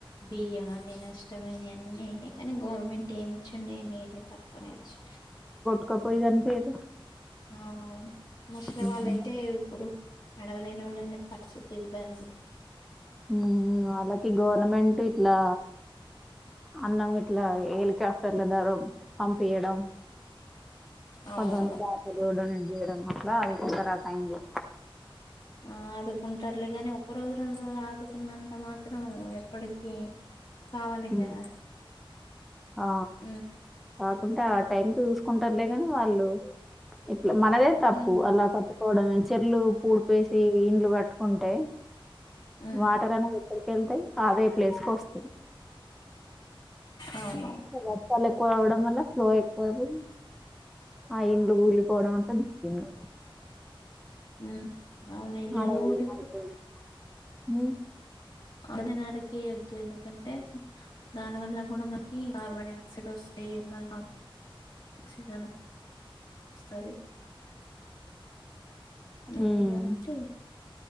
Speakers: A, on the left; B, in the centre.
A: బియ్యమన్ న్ని నష్టమైనయ్ అన్నీ అయినయ్ కని గవర్నమెంట్ ఏం ఇచ్చిండు ఏం ఇయలే తక్వనే ఇచ్చి
B: ఒక పొయి కన్పియ్యదు.
A: అవునవును ముసలి
B: ఉమ్
A: వాళ్ళయితే ఇప్పుడు నడవలేని ఒళ్ళని <unintelligible> ఇబ్బంది
B: మ్ ఆళ్ళకి గవర్నమెంట్ ఇట్లా అన్నం గిట్లా ఏలికాప్టర్ల ద్వారా పంపియ్యడం.
A: అవునవును
B: కొంతమంది బాటిళ్లు డొనేట్ చేయడం అట్లా అనుకుంటర్ ఆ టైంలో
A: ఆ ఆదుకుంటర్లేగని ఒక్కరోజు రెండు రోజులు ఆదుకున్నంత మాత్రం ఇప్పడికి కావాలి
B: ఉమ్,
A: కదా.
B: ఆ
A: హ్మ్
B: కాకుంటే ఆ టైంకు చూస్కుంటర్లే గని వాళ్ళు ఇ ల మనదే తప్పు
A: హ్మ్
B: అలా కట్టుకోవడం చెర్లు పూడ్పేసి ఇండ్లు కట్టుకుంటే
A: హ్మ్
B: వాటర్ అనేది ఎక్కడికేళ్తాయ్ అదె ప్లేస్కొస్తయ్
A: అవునవును
B: వర్షాల్ ఎక్కువ అవ్వడం వల్ల ఫ్లో ఎక్కువయ్యి ఆ ఇండ్లు కూలిపోవడం ఆట్ల జరిగింది
A: హ్మ్ అవును ఇళ్ళలో
B: అడవులు
A: పోతే
B: నరికేయడం.
A: ఇప్పుడ్
B: హ్మ్
A: అరివినార్కి <unintelligible> అంటే దాని వల్ల కూడా మనకి కార్బన్ ఆక్సైడ్ వస్తా మళ్ళ కచ్చితన వస్తాది అని
B: హ్మ్.
A: ఉంది కాబట్టి